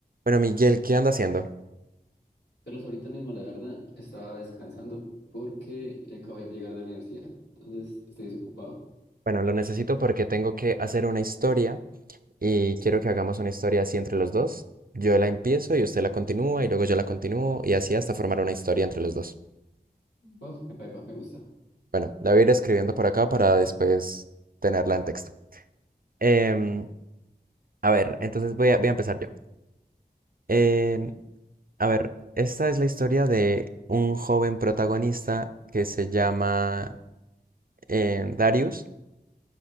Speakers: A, on the right; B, on the left.
A: Bueno, Miguel, ¿qué anda haciendo?
B: Carlos, ahorita mismo, la verdad, estaba descansando porque acabo de llegar de la universidad. Entonces, estoy desocupado.
A: Bueno, lo necesito porque tengo que hacer una historia y quiero que hagamos una historia así entre los dos. Yo la empiezo y usted la continúa y luego yo la continúo y así hasta formar una historia entre los dos.
B: Uf, epa, epa, me gusta.
A: Bueno, la voy a ir escribiendo por acá para después tenerla en texto. Em, a ver, entonces voy a, voy a empezar yo. Em, a ver, esta es la historia de un joven protagonista que se llama em, Darius,